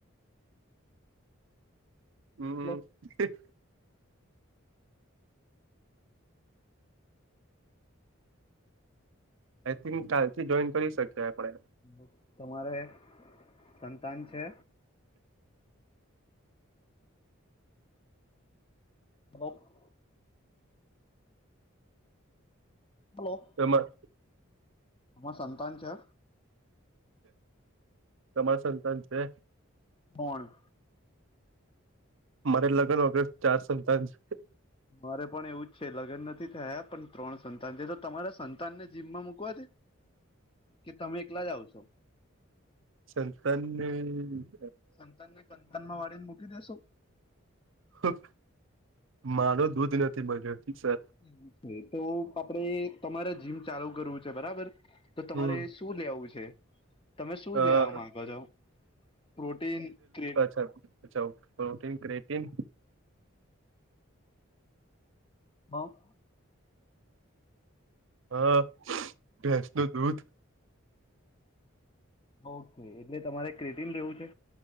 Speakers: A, on the right; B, on the left.
A: હ
B: છે?
A: <unintelligible> આઈ થિંક કાલથી જોઈન કરી શકે આપળે.
B: મ તમારે સંતાન છે? બોલો બોલો
A: એમાં
B: ત્માર સંતાન છે?
A: તમાર સંતાન છે?
B: ભણ
A: મારે લગન વગર ચાર સંતાન છ.
B: મારે પણ એવું જ છે લગન નથી થયા પણ ત્રણ સંતાન છે તો તમારા સંતાનને જીમમાં મુૂકવા છે? કે તમે એકલા જ આવશો?
A: સંતાનને ઈ
B: સંતાન ને કંતાન માં વાળી ન મૂકી દેસો?
A: હં મારો દૂધ નથી બજેટ સર
B: હુ તો આપડે તમારે જીમ ચાલુ કરવું છે બરાબર તો તમારે
A: હમ
B: સ તુ લેવું છે તમે શું
A: અ
B: લેવા માંગો છો પ્રોટીન થ્રે
A: સર. સવ પ્રોટીન ક્રેટીન
B: બઉ.
A: હં ભેંસ નુ દૂધ.
B: ઓકે એટલે તમારે ક્રેટિન લેવું છે?